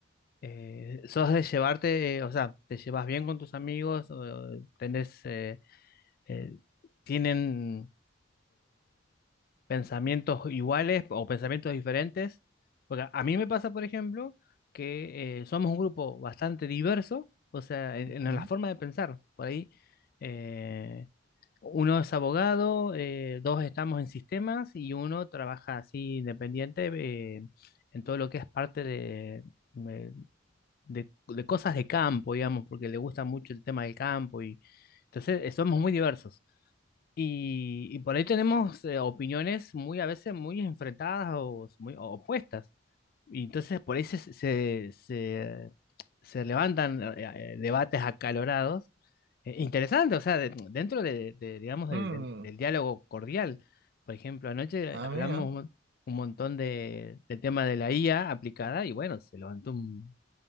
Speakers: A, on the left; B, on the right.
A: eh, sos de llevarte, eh, o sea, te llevas bien con tus amigos, o tenés, eh, eh, tienen pensamientos iguales o pensamientos diferentes. Porque a mí me pasa, por ejemplo, que eh, somos un grupo bastante diverso, o sea, en,
B: ujú.
A: en la forma de pensar. Por ahí, eh, uno es abogado, eh, dos estamos en sistemas y uno trabaja así independiente eh, en todo lo que es parte de, de- de- de cosas de campo, digamos, porque le gusta mucho el tema del campo y entonces eh, somos muy diversos. Y, y por ahí tenemos eh, opiniones muy a veces muy enfrentadas o muy opuestas. Y entonces por ahí se, se, se- se levantan eh, debates acalorados. eh, interesantes, o sea, de- dentro de, de, digamos, del,
B: Mm.
A: del- del diálogo cordial. Por ejemplo, anoche
B: Ah,
A: hablamos
B: mira.
A: un, un montón de, del tema de la IA aplicada y bueno, se levantó un,